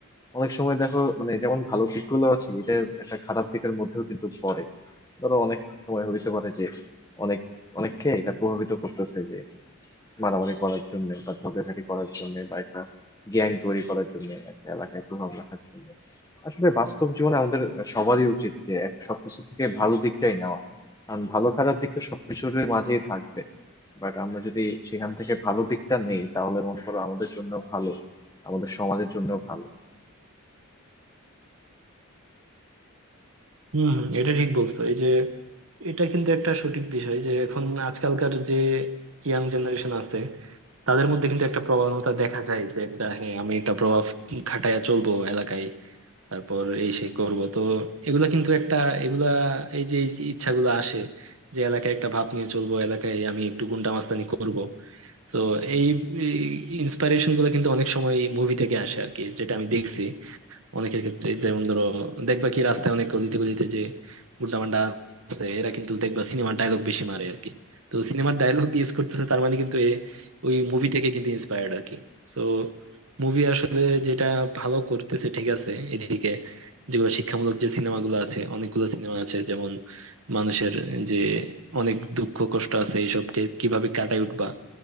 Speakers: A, on the left; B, on the right.
A: অনেক সময় দেখো মানে যেমন ভালো দিকগুলো আছে এটা একটা খারাপ দিকের মধ্যেও কিন্তু পড়ে ধরো অনেক সময় হইতে পারে যে অনেক অনেককে এটা প্রভাবিত করতেছে যে মারামারি করার জন্য বা ঝগড়াঝাটি করার জন্য বা একটা গ্যাং তৈরি করার জন্য একটা এলাকায় প্রভাব রাখার জন্য আসলে বাস্তব জীবনে আমাদের সবারই উচিত যে এক সবকিছু থেকে ভালো দিকটাই নেওয়া কারণ ভালো খারাপ দিক তো সবকিছুর মাঝেই থাকবে বাট আমরা যদি সেখান থেকে ভালো দিকটা নেই তাহলে মনে করো আমাদের জন্য ভালো আমাদের সমাজের জন্য ভালো
B: হম হম এটা ঠিক বলছো এই যে এটা কিন্তু একটা সঠিক বিষয় যে এখন আজকালকার যে ইয়াং জেনারেশন আছে তাদের মধ্যে কিন্তু একটা প্রবণতা দেখা যায় যে একটা হ্যাঁ আমি এটা প্রভাব খাটাইয়া চলবো এলাকায় তারপর এই সেই করব তো এগুলা কিন্তু একটা এগুলা এই যে এই যে ইচ্ছাগুলো আসে যে এলাকায় একটা ভাব নিয়ে চলবো এলাকায় আমি একটু গুন্ডা মাস্তানি করব তো এই ইন্সপাইরেশন গুলো কিন্তু অনেক সময় মুভি থেকে আসে আর কি যেটা আমি দেখছি অনেকের ক্ষেত্রে যেমন ধরো দেখবা কি রাস্তায় অনেক গলিতে গলিতে যে গুন্ডা মান্ডা আছে এরা কিন্তু দেখবা সিনেমার ডায়লগ বেশি মারে আর কি তো সিনেমার ডায়লগ ইউজ করতেছে তার মানে কিন্তু এ ওই মুভি থেকে কিন্তু ইন্সপায়ার্ড আর কি তো মুভি আসলে যেটা ভালো করতেছে ঠিক আছে এদিকে যেগুলো শিক্ষামূলক যে সিনেমাগুলো আছে অনেকগুলো সিনেমা আছে যেমন মানুষের যে অনেক দুঃখ কষ্ট আছে এইসবকে কিভাবে কাটায় উঠবা